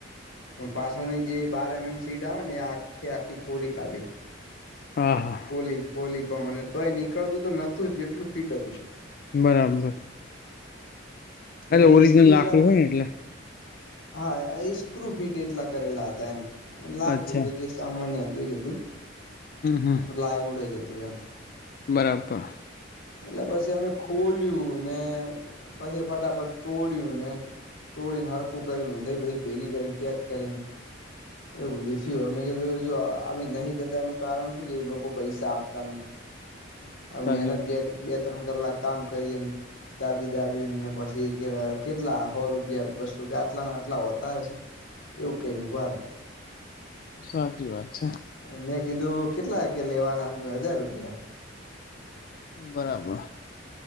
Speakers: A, on the left; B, on the left.
A: પણ પાછોની જે બાર એમ એમ સીટ આવે ને એ આખે આખી કોરી ખાધી
B: હા હા
A: પોલી પોલી પણ મને તોય નીકળતું તો નતું જ જેટલું ફીટ હતું
B: બરાબર
A: મન
B: એટલે
A: કે ઈસ્ક્રું
B: ઓરિજિનલ લાકડું
A: એટલે?
B: હોય ને એટલે
A: હા ઈસ્ક્રુ ફિટ એટલા કરેલાં હતાં એમ લાકડું
B: અચ્છા
A: તો જે સામાન્ય હતું એ જ હતું
B: હમ હમ
A: પ્લાયવુડ જ હતું એમ.
B: બરાબર.
A: એટલે પછી અમે ખોલ્યું ને પછી ફટાફટ તોડ્યુંને તોડીને હરખું કરી ઊધઇ બધી ભેગી કરીને પેક કરીને એવું બધું થયું અમે કીધું અમે નહીં જતા એનું કારણ શું કે લોકો પૈસા આપતા નહીં.
B: <unintelligible>
A: અવે
B: સાચી
A: મહેનત
B: વાત
A: બે બે ત્રણ કલાક કામ કરીએ ને દાબી દાબીને પસી કે કેટલા હો રૂપિયા બસુ કે આટલાન આટલા હોતા હશે? એવું કઈને ઊભા રે.
B: સાચી વાત છે.
A: મેં કીધું કેટલા એકે લેવાનાં હ મેં હજાર રૂપિયા.
B: બરાબર.